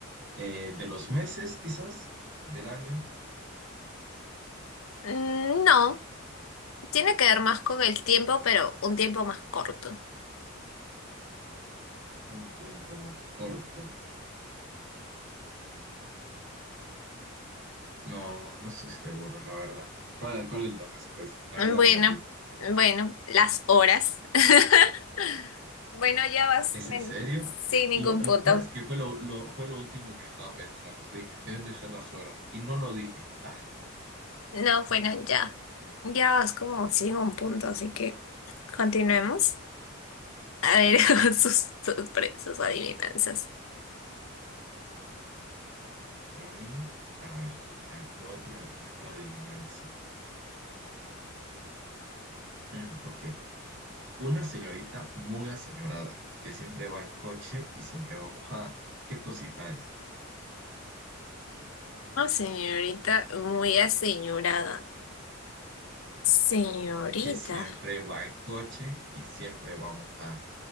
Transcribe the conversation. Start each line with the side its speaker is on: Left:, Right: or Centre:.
Right: Eh, ¿de los meses, quizás? ¿Del año?
Left: Mm, No, tiene que ver más con el tiempo, pero un tiempo más corto.
Right: Un tiempo más corto. No, no estoy seguro, la verdad. ¿Cuál, cuál es la respuesta? La verdad
Left: Bueno,
Right: me rindo.
Left: bueno, las horas. <laughs> Bueno, ya vas
Right: ¿Es
Left: men,
Right: en serio?
Left: sin ningún
Right: Lo, lo
Left: punto.
Right: peor es que fue lo, lo- fue lo último que estaba pensando. Dije, deben de ser las horas. Y no lo dije. Ah,
Left: No, bueno, ya. Ya vas como sin un punto, así que continuemos. A ver, <laughs> sus, sus, pre- sus adivinanzas.
Right: ¿qué? A ver, a ver, te voy a tirar mi mejor adivinanza. Mm, ok. Una señorita muy aseñorada, que siempre va en coche y siempre va mojada. ¿Qué cosita es?
Left: No, señorita, muy aseñorada. Señorita.
Right: Que siempre va en coche y siempre va mojada.